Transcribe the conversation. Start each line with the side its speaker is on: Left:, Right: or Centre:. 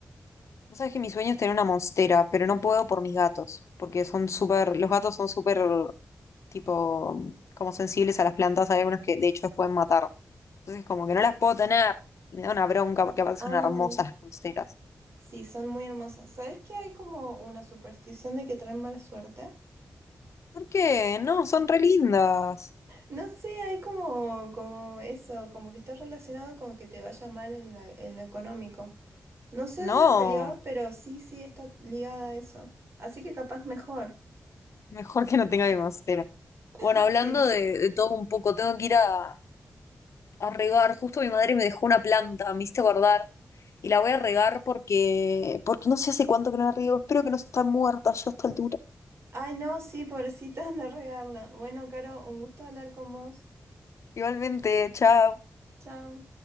Left: Vos sabés que mi sueño es tener una monstera, pero no puedo por mis gatos, porque son súper, los gatos son súper, tipo, como sensibles a las plantas. Hay algunas que de hecho las pueden matar. Entonces como que no las puedo tener. Me da una bronca porque aparte
Right: Ah,
Left: son hermosas las monsteras.
Right: Sí, son muy hermosas. ¿Sabes que hay como una superstición de que traen mala suerte?
Left: ¿Por qué? No, son re lindas.
Right: No sé, hay como, como eso, como que está relacionado con que te vaya mal en la- en lo económico. No sé
Left: No,
Right: dónde salió, pero sí, sí, está ligada a eso. Así que capaz mejor.
Left: mejor que no tenga pero
Right: <laughs>
Left: Bueno, hablando
Right: Sí.
Left: de, de todo un poco, tengo que ir a, a regar. Justo mi madre me dejó una planta, me hiciste guardar. Y la voy a regar porque, porque no sé hace cuánto que no la riego. Espero que no se está muerta ya a esta altura.
Right: Ay, no, sí, pobrecita, <laughs> anda a regarla. Bueno, Caro, un gusto hablar con vos.
Left: Igualmente, chao.
Right: Chao.